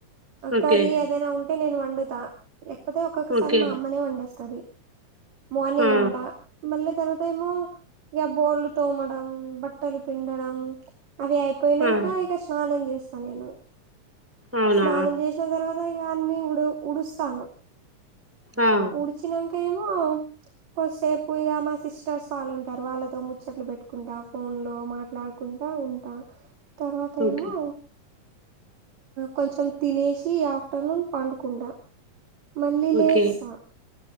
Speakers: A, in the centre; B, on the right (about 60°).
A: ఓకే
B: కర్రీ ఏదైనా ఉంటే నేను వండుతా లేకపోతే ఒక్కొక్కసారి
A: ఓకే
B: మా అమ్మనే వండేస్తాది మార్నింగ్
A: ఆ
B: వంట మళ్ళ తర్వ తేమో ఇగ బోళ్ళు తోమడం బట్టలు పిండడం అవి అయిపోయినంక
A: ఆ
B: ఇక స్నానం చేస్తా నేను
A: అవునా
B: స్నానం చేసిన తర్వాత ఇగ అన్ని ఉడు ఉడుస్తాను
A: ఆ
B: ఉడ్చినంకే మో కొద్సేపు ఇగ మా సిస్టర్స్ వాళ్ళు ఉం టారు వాళ్లతో ముచ్చట్లు పెట్టుకుంటా ఫోన్ లో మాట్లాడుకుంటా ఉంటా తర్వాత
A: ఓకే
B: ఏమో కొంచెం తినేసి ఆఫ్టర్నూన్ పడుకుంట మళ్ళి లేసా
A: ఓకే